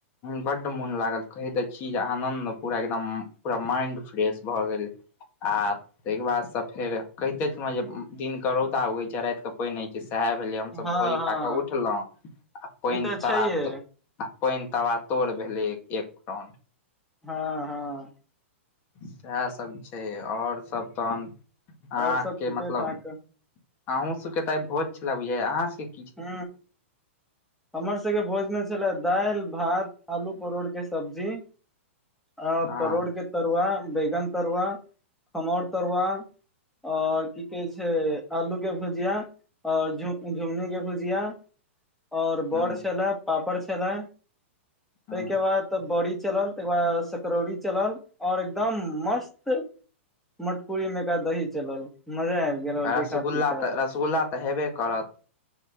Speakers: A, on the left (about 30°); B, in the centre.
A: बड्ड मोन लागल कहै तऽ छी जे आनन्द पूरा एकदम पूरा माइंड फ्रेश भऽ गेल आ ताहिके बाद से फेर कहिते छल जे दिन के रौदा उगै छै रात क पानि होइत छै सएह भेलिय हमसभ
B: हँ
A: भोज
B: हँ
A: खा कऽ उठलहुँ आ पानि
B: ई तऽ छैहे
A: तरा तर आ पानि तबा तोड़ भेलै एक राउंड
B: हँ हँ
A: सएहसभ छै आओर सभ तहन अहाँके
B: और सब ठीके
A: मतलब
B: ठाक
A: अहूँ सबके टा भोज छलै बुझा अहाँ सभ के
B: हू हमरा सभके भोजमे दालि भात, आलू परोड़के सब्जी छल। आ
A: हँ
B: परोड़के तरुआ, बैगनके तरुआ, खम्हौरके तरुआ। और की कहे छै। आलू के भुजिया और झु झु्नी के भुजिया और
A: हूं
B: बड़ छले पापड़ छले
A: हूं
B: ताहिके बाद। तऽ बड़ी चलल, तकर बाद सकरौरी चलल, आ एकदम मस्त। मटकूरीमे का, दही चलल? मजा आबि। गेल
A: रसगुल्ला
B: और तीखा तीखा
A: तऽ रसगुल्ला हेबे करत।